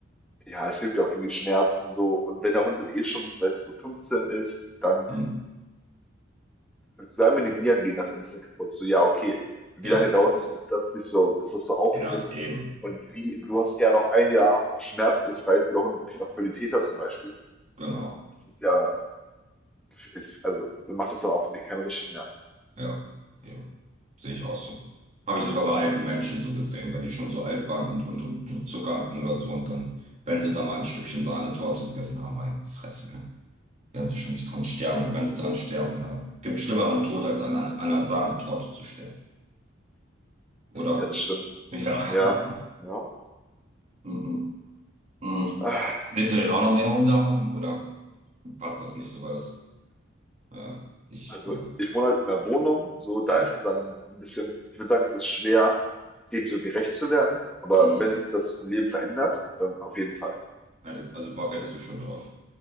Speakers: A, in the centre; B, on the right.
A: Ja, es hilft ja auch gegen die Schmerzen so. Und wenn der Hund dann eh schon, weißt du, so 15 ist, dann
B: Hm.
A: sagen wir, die Nieren gehen nach 15 kaputt. So, ja, okay. Wie
B: Ja,
A: lange dauert das, bis das sich so, bis das so auftritt?
B: ja, eben.
A: Und wie, du hast eher noch ein Jahr schmerzbefreit, wo der Hund wirklich noch Qualität hat zum Beispiel.
B: Genau.
A: Das ist ja, ist, also, dann macht das dann auch keinen Unterschied mehr.
B: Ja, eben. Sehe ich auch so. Habe ich sogar bei alten Menschen so gesehen, wenn die schon so alt waren und, und, und nur Zucker hatten oder so und dann, wenn sie da mal ein Stückchen Sahnetorte gegessen haben, meine Fresse. ne? werden sie schon nicht dran sterben. Und wenn sie dran sterben, äh, gibt schlimmeren Tod, als an einer, einer Sahnetorte zu sterben. Oder?
A: Ja, das stimmt.
B: Ja.
A: Ja,
B: <laughs>
A: ja.
B: Mhm. Mhm.
A: Ah,
B: Willst du denn auch noch mehr Hunde haben? Oder passt das nicht so, weil das, äh, ich,
A: also
B: äh,
A: ich wohne halt in 'ner Wohnung, so, da
B: ja,
A: ist es dann ein bisschen ich würde sagen, es ist schwer, dem so gerecht zu werden, aber
B: mhm.
A: wenn sich das im Leben verändert, dann auf jeden Fall,
B: Also, also Bock hättest du schon drauf.